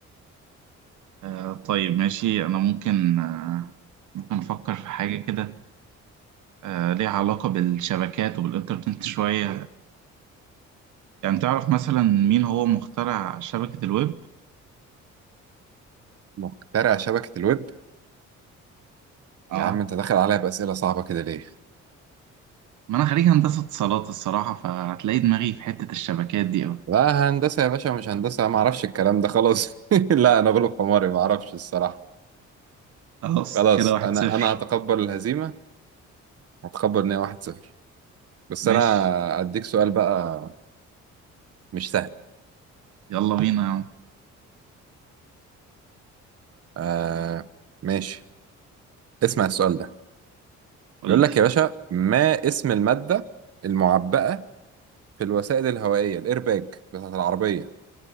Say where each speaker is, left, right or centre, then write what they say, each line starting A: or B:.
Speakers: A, on the right; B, on the right.
A: آه طيب ماشي أنا ممكن آه ممكن أفكر في حاجة كده آه ليها علاقة بالشبكات وبالإنترنت شوية يعني تعرف مثلا مين هو مخترع شبكة الويب؟
B: مخترع شبكة الويب
A: اه
B: يا عم انت داخل عليا بأسئلة صعبة كده ليه
A: ما أنا خريج هندسة اتصالات الصراحة فهتلاقي دماغي في حتة الشبكات دي أوي
B: لا هندسة يا باشا مش هندسة ما اعرفش الكلام ده خلاص <laughs> لا انا غلب حماري ما اعرفش الصراحة
A: خلاص
B: خلاص
A: كده واحد
B: انا
A: صفر
B: انا هتقبل الهزيمة هتقبل ان هي 1-0 بس
A: ماشي
B: انا اديك سؤال بقى مش سهل
A: يلا بينا يا عم
B: آه ماشي اسمع السؤال ده
A: قول
B: بيقول
A: لي
B: لك يا باشا ما اسم المادة المعبأة في الوسائد الهوائية الايرباج بتاعت العربية